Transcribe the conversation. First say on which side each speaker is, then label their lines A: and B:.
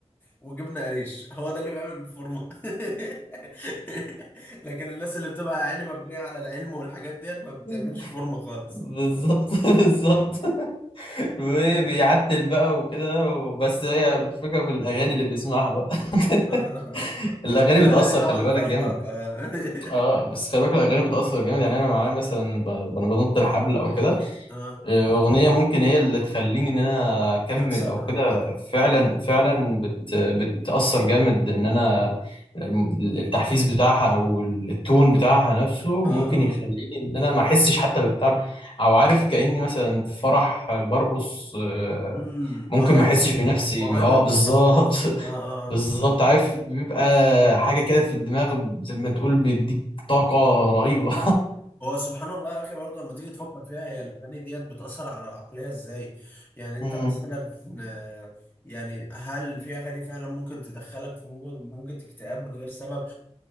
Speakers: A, on the left; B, on the left.
A: وجبنه قريش هو ده اللي بيعمل الفورمه <laughs> لكن الناس اللي بتبقى يا عيني مبنيه على العلم والحاجات ديت ما بتعملش
B: <laughs>
A: فورمه خالص
B: بالظبط بالظبط وبيعتل بقى وكده بس هي الفكرة في الأغاني اللي بيسمعها بقى <laughs>
A: <laughs>
B: الأغاني
A: هي الاغاني
B: بتأثر
A: طبعا
B: خلي
A: ما
B: بالك
A: فيهاش
B: جامد
A: بركه يعني.
B: اه
A: <laughs>
B: بس خلي بالك الأغاني بتأثر جامد يعني أنا معايا مثلا ب- أنا بنط الحبل أو كده
A: اه
B: آه، أغنية ممكن هي اللي تخليني إن أنا أكمل
A: تكسر
B: أو كده
A: عدد
B: فعلا
A: اه
B: فعلا بت بتأثر جامد إن أنا التحفيز بتاعها أو التون بتاعها نفسه
A: اه
B: ممكن يخليني
A: آه.
B: إن أنا ما أحسش حتى بالتعب أو عارف كأني مثلا في فرح برقص آه،
A: امم
B: ممكن
A: ما هايبر
B: ما أحسش بنفسي
A: ما هايبر
B: أه بالظبط
A: مش حاسس بنفسك اه اه
B: <laughs> بالظبط
A: آه.
B: عارف بيبقى حاجة كده في الدماغ زي ما تقول بيديك طاقة رهيبة
A: مم. هو سبحان الله يا اخي برضه لما تيجي تفكر فيها هي الاغاني ديت بتاثر على العقليه ازاي يعني انت
B: <laughs> مم.
A: مثلا آه، يعني هل في اغاني فعلا ممكن تدخلك في مو- موجة اكتئاب من غير سبب